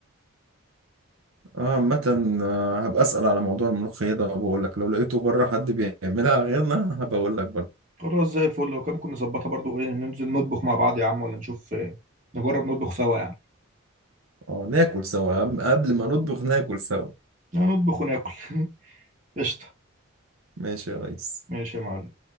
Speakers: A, on the right (about 75°); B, on the right (about 35°).
A: اه عامه آه، هبقى اسال على موضوع الملوخيه ده وبقول لك لو لقيته بره حد بيعملها غيرنا هبقى اقول لك برضو
B: خلاص زي الفل لو كان ممكن نظبطها برضو ايه ننزل نطبخ مع بعض يا عم ولا نشوف آه، نجرب نطبخ سوا يعني
A: اه ناكل سوا أم- قبل ما نطبخ ناكل سوا
B: نطبخ وناكل <laughs> قشطة
A: ماشي يا ريس
B: ماشي يا معلم